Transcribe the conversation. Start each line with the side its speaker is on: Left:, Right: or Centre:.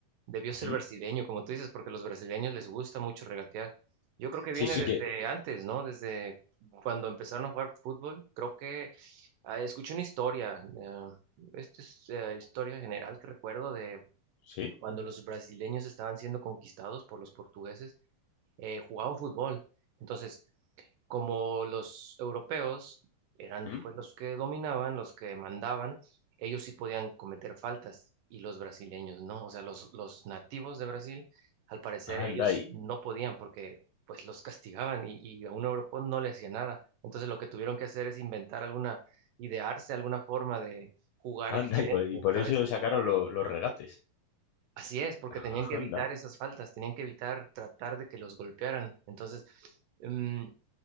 Right: debió ser
Left: ¿Mm?
Right: brasileño, como tú dices, porque a los brasileños les gusta mucho regatear. Yo creo que viene
Left: Sí, sí
Right: desde
Left: que...
Right: antes, ¿no? Desde cuando empezaron a jugar fútbol. Creo que ah, escuché una historia, eh, esta es eh, historia general que recuerdo de
Left: Sí.
Right: cuando los brasileños estaban siendo conquistados por los portugueses, eh, jugaban fútbol. Entonces, como los europeos eran
Left: ¿Mm?
Right: pues los que dominaban, los que mandaban, ellos sí podían cometer faltas y los brasileños no. O sea, los, los nativos de Brasil, al parecer,
Left: Anda
Right: ellos
Left: y,
Right: no podían porque pues los castigaban y, y a un europeo no le hacía nada. Entonces lo que tuvieron que hacer es inventar alguna, idearse alguna forma de jugar
Left: anda
Right: diferente,
Left: y por, y por
Right: ¿sabes?
Left: eso sacaron lo- los regates.
Right: Así es, porque
Left: <laughs>
Right: tenían que
Left: Anda.
Right: evitar esas faltas, tenían que evitar tratar de que los golpearan. Entonces, mm,